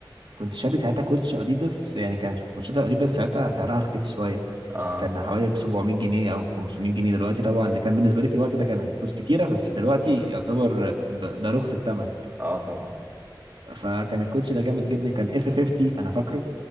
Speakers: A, on the right (about 85°); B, on the right (about 25°).
A: كنت شاري ساعتها كوتش اديداس يعني كان كوتشات الاديداس ساعتها سعرها رخيص شويه
B: اه
A: كان حوالي ب 700 جنيه او ب 500 جنيه دلوقتي طبعا ده كان بالنسبه لي في الوقت ده كان فلوس كتيره بس دلوقتي يعتبر ب- ده رخص الثمن
B: اه طبعا
A: فكان الكوتش ده جامد جدا كان اف 50 انا فاكره